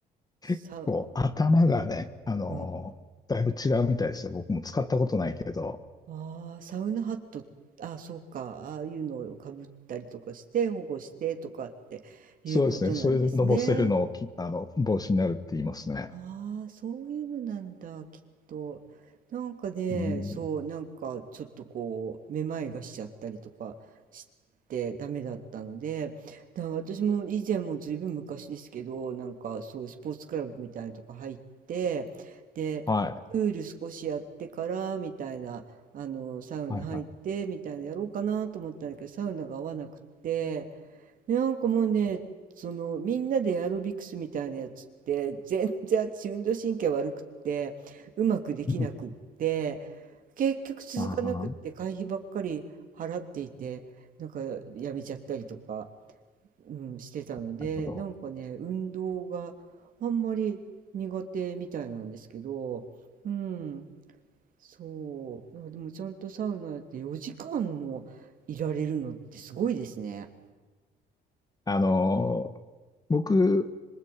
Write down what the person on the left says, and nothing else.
結構頭がね、
あの、
だいぶ違うみたいですよ。僕も使ったことないけど、
そうですね、それでのぼせるのをき、あの、帽子になるって言いますね。
うん、
はい、
はい、はい。
うん
<laughs> ああ、
なるほど。
あの、僕